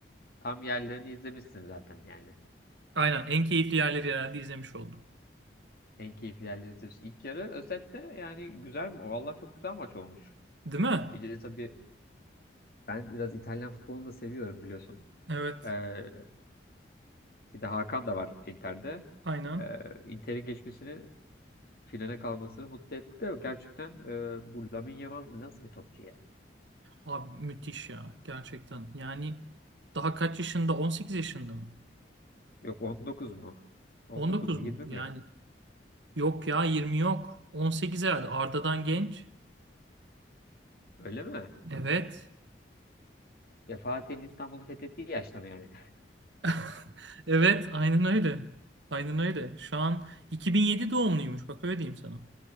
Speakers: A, on the left; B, on the right.
A: tam yerlerini izlemişsin zaten yani.
B: Aynen en keyifli yerleri herhalde izlemiş oldum.
A: En keyifli yerleri izlemişsin. İlk yarı özette yani güzel mi? Vallahi çok güzel maç olmuş.
B: Değil mi?
A: Bir de tabii ben biraz İtalyan futbolunu da seviyorum biliyorsun.
B: Evet.
A: Ee, bir de Hakan da var Inter'de.
B: Aynen.
A: Ee, Inter'in geçmesini finale kalmasını mutlu etti de gerçekten e, bu Lamine Yamal nasıl bir topçu ya?
B: Abi müthiş ya gerçekten. Yani daha kaç yaşında? 18 yaşında mı?
A: Yok 19 mu? 19
B: 19
A: mu Yirmi
B: mu? Yani
A: mi?
B: Yok ya 20 yok. 18 herhalde. Arda'dan genç.
A: Öyle mi?
B: Evet.
A: Ya Fatih'in İstanbul'u fethettiği yaşta mı yani?
B: <laughs> Evet, aynen öyle. Aynen öyle. Şu an 2007 doğumluymuş. Bak öyle diyeyim sana.